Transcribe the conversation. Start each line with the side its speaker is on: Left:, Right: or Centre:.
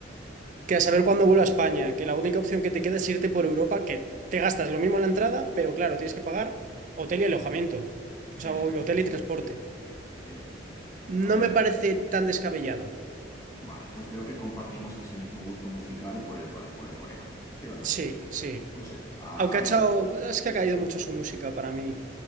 Right: Que a saber cuándo vuelvo a España, que la única opción que te queda es irte por Europa, que te gastas lo mismo en la entrada, pero claro, tienes que pagar hotel y alojamiento. O sea,
Left: En
Right: o-
Left: efecto,
Right: hotel y transporte.
Left: en efecto. A
Right: No
Left: ver,
Right: me parece tan descabellado.
Left: vale, pues veo que compartimos ese mismo gusto musical por el, por el conejo, ¿sí o no?
Right: Sí, sí.
Left: O sea,
Right: Aunque
Left: a ver.
Right: ha echado. Es que ha caído mucho su música para mí.